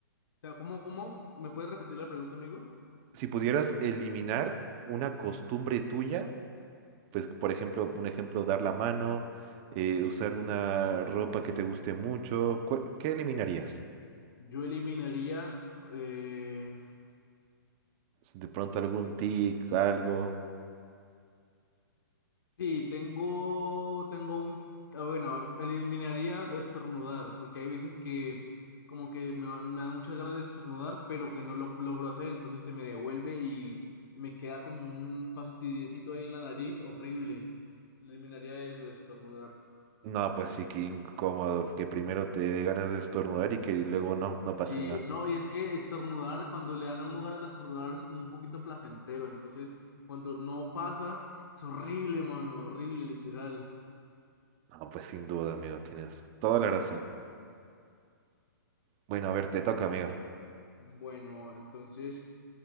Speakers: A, on the left (about 85°); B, on the right (about 25°).
A: O sea, ¿cómo, cómo? ¿Me puedes repetir la pregunta, amigo?
B: Si pudieras eliminar una costumbre tuya, pues por ejemplo, un ejemplo, dar la mano, eh, usar una ropa que te guste mucho, ¿cu- ¿qué eliminarías?
A: Yo eliminaría eh,
B: De pronto algún tic, algo.
A: Sí, tengo, tengo un, ah, bueno, eliminaría estornudar, porque hay veces que como que me, van- me dan muchas ganas de estornudar, pero que no lo logro hacer, entonces se me devuelve y me queda como un fastidiecito ahí en la nariz, horrible. Eliminaría eso, estornudar.
B: No, pues sí, qué incómodo, que primero te dé ganas de estornudar y que luego no, no
A: Sí,
B: pase nada.
A: no, y es que estornudar, cuando le dan a uno ganas de estornudar es como un poquito placentero, entonces cuando no pasa, es horrible, mano, horrible, literal.
B: No, pues sin duda, amigo, tienes toda la razón. Bueno, a ver, te toca, amigo.
A: Bueno, entonces...